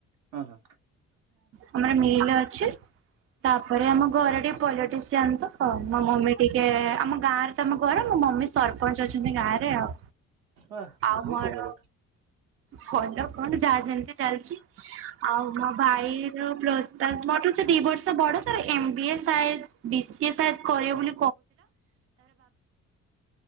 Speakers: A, on the right; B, on the right.
A: ହଁ ହଁ
B: ଆମର ମିଲ ଅଛି ତାପରେ ଆମ ଘରଟି ପଲିଟିସିଆନ୍ ତ ମୋ ମମି ଟିକେ ଆମ ଗାଁରେ ତମ ଘର ମୋ ମମି ସରପଞ୍ଚ ଅଛନ୍ତି ଗାଁରେ ରେ ଆଉ
A: ଆ
B: ଆଉ
A: ବହୁତ
B: ମୋର
A: ଭଲ କଥା
B: ଭଲ କଣ ଯାହା ଯେମିତି ଚାଲିଛି ଆଉ ଫାଇ ପ୍ଲୁ ଦି ବର୍ଷ ବଡ ତ ଏମ ବି ଏ ସ ବି ସିଏ ସ କଢ